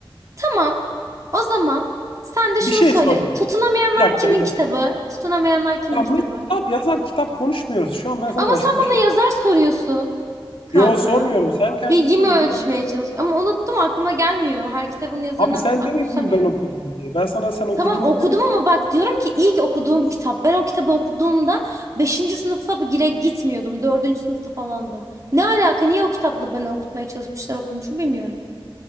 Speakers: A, on the right; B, on the left.
A: Tamam. O zaman sen de
B: Bir
A: şunu
B: şey
A: söyle.
B: soracağım.
A: Tutunamayanlar
B: Bir dakika
A: kimin
B: bir dakika.
A: kitabı? Tutunamayanlar kimin
B: Ya
A: kitabı?
B: Met kitap yazar kitap konuşmuyoruz. Şu an ben sana
A: Ama
B: başka
A: sen
B: bir
A: bana
B: şey.
A: yazar soruyorsun kanka.
B: Yo sormuyorum. Sen kendin
A: Bilgimi
B: söyledin
A: ölçmeye
B: ben de.
A: çalış. Ama unuttum aklıma gelmiyor. Her kitabın yazarını
B: Abi sen
A: aklıma
B: demedin
A: tutamıyorum.
B: mi ben okudum diye. Ben sana sen okudun
A: Tamam okudum
B: mu demedim?
A: ama bak diyorum ki ilk okuduğum kitap. Ben o kitabı okuduğumda beşinci sınıfa bile gitmiyordum. dördüncü sınıfta falandım. Ne alaka? Niye o kitapla beni okutmaya çalışmışlar okumuşum bilmiyorum.